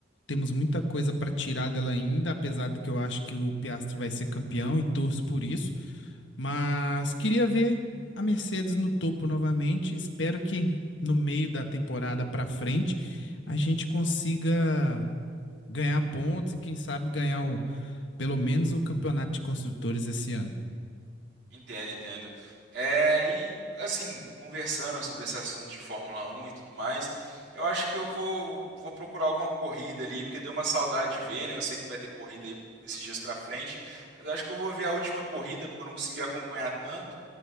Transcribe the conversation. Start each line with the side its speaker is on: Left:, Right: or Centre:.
Left: temos muita coisa para tirar dela ainda, apesar de que eu acho que o Piastri vai ser campeão e torço por isso. Mas queria ver a Mercedes no topo novamente. Espero que no meio da temporada para frente a gente consiga ganhar pontos e quem sabe ganhar o, pelo menos o campeonato de construtores esse ano.
Right: Entendo, entendo. É, e assim, conversando sobre esse assunto de Fórmula 1 e tudo mais, eu acho que eu vou, vou procurar alguma corrida ali, porque deu uma saudade de ver, né? Eu sei que vai ter corrida aí esses dias pra frente, mas eu acho que eu vou ver a última corrida, porque eu não consegui acompanhar tanto,